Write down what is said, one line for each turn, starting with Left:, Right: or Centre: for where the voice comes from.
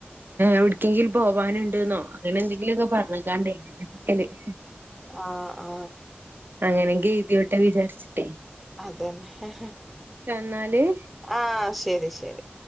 Right: എവ്ട്ക്കെങ്കിലും പോവാനുണ്ട്ന്നോ അങ്ങനെ എന്തെങ്കിലുമൊക്കെ പറഞ്ഞ്ക്കാണ്ടെയ് <unintelligible>
Centre: ആ ആ
Right: അങ്ങനെ ഗതിയോട്ടെ വിചാരിച്ച്ട്ടേ.
Centre: അതന്നെ
Right: എന്നാല്
Centre: ആ ശരി ശരി